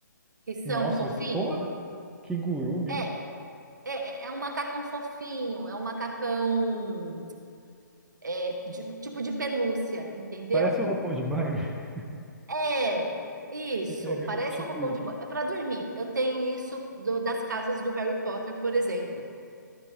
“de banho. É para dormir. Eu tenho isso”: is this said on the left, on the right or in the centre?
Right